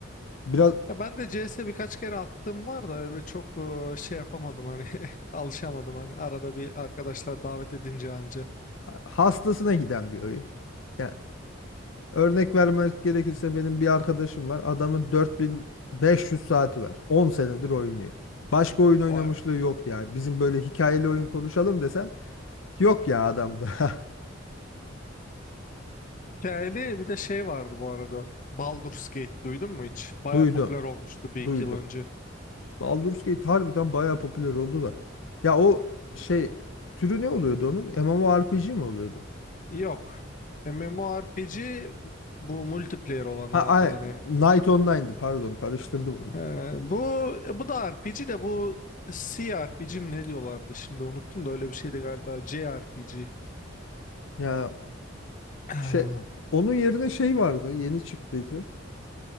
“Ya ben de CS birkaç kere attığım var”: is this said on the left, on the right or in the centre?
Left